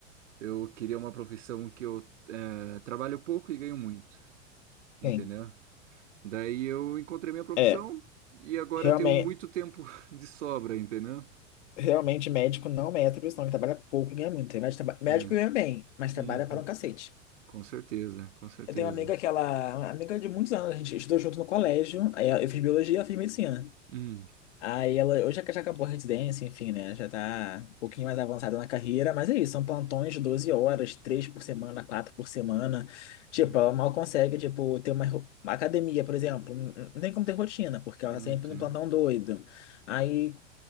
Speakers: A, on the right; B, on the left.
A: Eu queria uma profissão que eu eh, trabalho pouco e ganho muito, entendeu?
B: Sim.
A: Daí eu encontrei minha profissão
B: É,
A: e agora
B: realmente.
A: eu tenho muito tempo <laughs> de sobra, entendeu?
B: Realmente, médico não é profissão que trabalha pouco e ganha muito. Tem Médico, traba- médico
A: É.
B: ganha bem, mas
A: Uhum.
B: trabalha para um cacete.
A: Com certeza, com certeza.
B: Eu tenho uma amiga que ela, uma amiga de muitos anos, a gente estudou junto no colégio. Aí eu fiz biologia, ela fez medicina.
A: Hum,
B: Aí ela hoje já já acabou a residência, enfim, né? Já tá um pouquinho mais avançada na carreira, mas é isso, são plantões de 12 horas, três por semana, quatro por semana. Tipo,
A: hum,
B: ela mal consegue, tipo, ter uma, ro- uma academia, por exemplo. Não não tem como ter rotina, porque
A: Não
B: ela tá sempre
A: tem.
B: no plantão doido. Aí